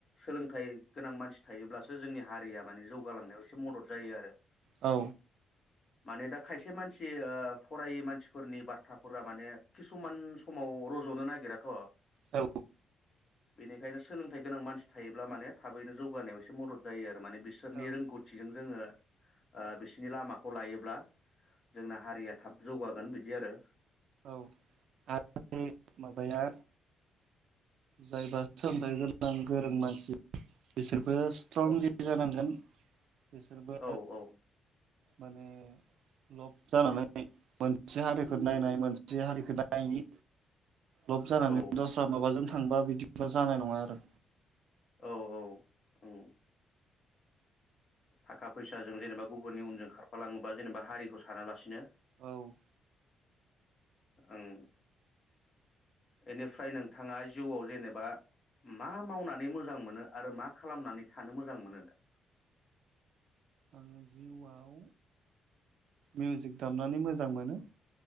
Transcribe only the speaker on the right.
औ
औ
औ
औ आरो माबाया जायबा सोलोंथाइ गोनां गोरों मानसि बिसोर बो स्ट्रंलि
जानांगोन बिसोरबो
माने लब जानानै मोनसे हारिखौ नायनाय मोनसे हारिखौ नायि लब जानानै
दस्रा माबाजों थांबा बिदिबा जानाय नङा आरो
औ
आङो जिउआव मिउजिक दामनानै मोजां मोनो